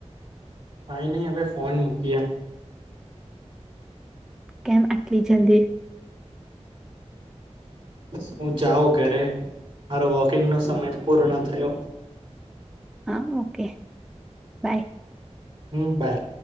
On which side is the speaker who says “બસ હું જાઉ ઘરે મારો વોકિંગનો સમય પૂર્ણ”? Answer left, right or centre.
Right